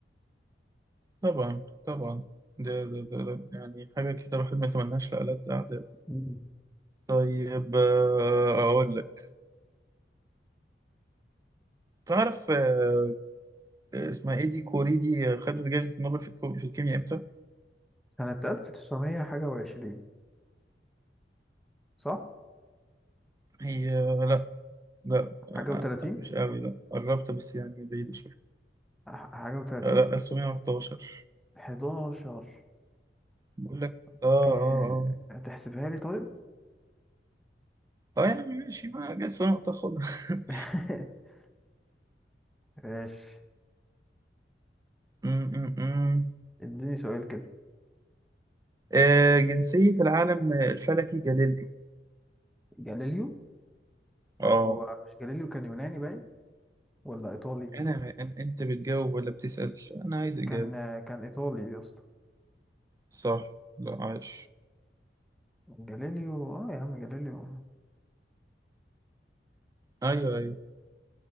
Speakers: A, on the right (about 20°); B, in the centre.
A: طبعا طبعا ده ده ده ده يعني حاجة كده الواحد ما يتمناش لألد أعداء
B: <laughs> مم.
A: طيب آه، أقول لك تعرف آه، اسمها إيه دي كوري دي آه، خدت جايزة نوبل في الكو- في الكيمياء إمتى؟
B: سنة ألف تسعمية حاجة وعشرين صح؟
A: هي لأ لأ آه،
B: حاجة وتلاتين
A: مش قوي لأ قربت بس يعني بعيدة شوية
B: ح- حاجة وتلاتين
A: آه، لأ 1911
B: حداشر
A: بقول لك
B: اوكي
A: آه آه
B: هتحسبها لي طيب؟
A: آه آه يعني ماشي ما جت سنة تاخدها <laughs>
B: <laughs> ماشي
A: م- م- م.
B: اديني سؤال كده
A: آه، جنسية العالم الفلكي جاليليو
B: جاليليو
A: اه
B: هو مش جاليليو كان يوناني باين ولا إيطالي؟
A: انا أن- انت بتجاوب ولا بتسأل انا عايز اجابة
B: كان كان إيطالي يا اسطى
A: صح لا عايش
B: جاليليو اه يا عم جاليليو
A: ايوه ايوه